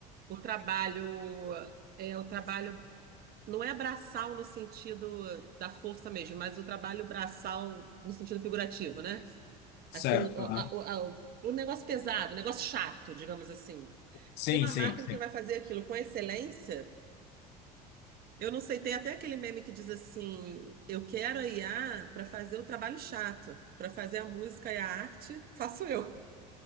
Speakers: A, on the right; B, on the left.
A: o trabalho, é o trabalho não é braçal no sentido da força mesmo, mas o trabalho braçal no sentido figurativo, né?
B: Certo.
A: Assim, o, a-
B: Aham.
A: o, a- o negócio pesado, o negócio chato, digamos assim.
B: Sim,
A: Tem uma
B: sim,
A: máquina
B: sim.
A: que vai fazer aquilo com excelência. Eu não sei, tem até aquele meme que diz assim: eu quero a IA para fazer o trabalho chato, para fazer a música e a arte, faço eu.